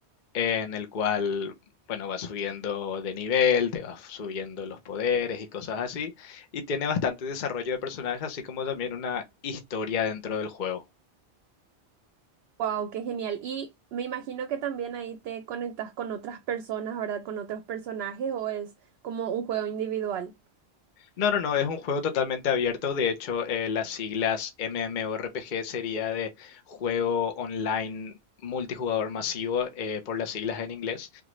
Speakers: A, on the left; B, on the right.
A: en el cual, bueno, vas subiendo de nivel, te vas subiendo los poderes y cosas así, y tiene bastante desarrollo de personajes, así como también una historia dentro del juego.
B: Wow, qué genial. Y me imagino que también ahí te conectas con otras personas, ¿verdad? Con otros personajes o es como un juego individual.
A: No, no, no, es un juego totalmente abierto, de hecho, eh, las siglas MMORPG sería de juego online multijugador masivo eh, por las siglas en inglés,